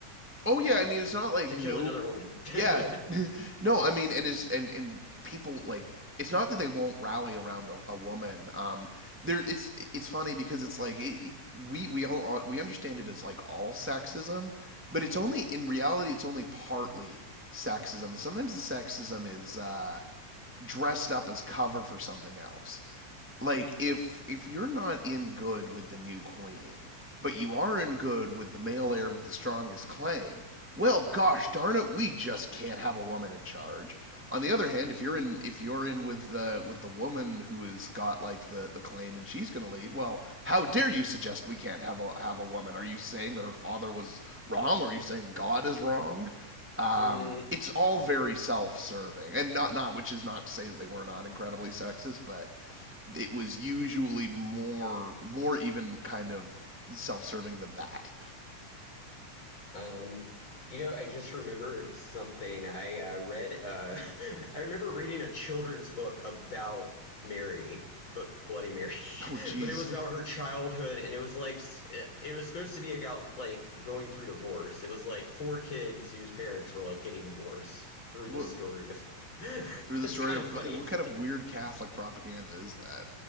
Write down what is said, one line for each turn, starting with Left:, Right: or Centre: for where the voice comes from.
Centre: Oh yeah, I mean it's not like
Left: to
Centre: no
Left: kill another woman.
Centre: yeah.
Left: <laughs>
Centre: <laughs> no, I mean and is and and people like it's not that they won't rally around a, a woman. Um, there, it's it's funny because it's like it, we we all uh, we understand it as like all sexism, but it's only in reality it's only partly sexism, and sometimes the sexism is uh, dressed up as cover for something else like if if you're not in good with the new queen, but you are in good with the male heir with the strongest claim, well gosh darn it, we just can't have a woman in charge. On the other hand, if you're in if you're in with the with the woman who has got like the, the claim and she's going to lead, well, how dare you suggest we can't have a have a woman? Are you saying that her father was wrong? Or Are you saying God is wrong? Um,
Left: Hmm.
Centre: it's all very self-serving, and not not which is not to say that they were not incredibly sexist, but it was usually more more even kind of self-serving than that.
Left: Um, you know, I just remembered something. I uh, read, uh, <laughs> I remember reading a children's book about Mary, but Bloody Mary, <laughs>
Centre: Oh geez,
Left: but it was about her childhood, and it was like, s- it was supposed to be about like going through divorce. It was like four kids whose parents were like getting divorced through the
Centre: Wha-
Left: story of. <laughs> It's
Centre: through the story
Left: kind
Centre: of
Left: of funny if
Centre: what kind
Left: you think
Centre: of weird
Left: about
Centre: Catholic propaganda is that?